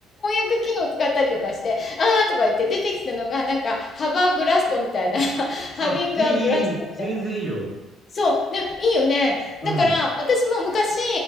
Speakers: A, on the left; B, on the right.
A: 訳機能使ったりとかして、ああとか言って出てきたのが、なんか、ハバーブラストみたいな <laughs>、ハビングアブラストみたい
B: あ、いい、いい、いい。全然いいよ。
A: そう、で、いいよね。だから、
B: うん。
A: 私も昔、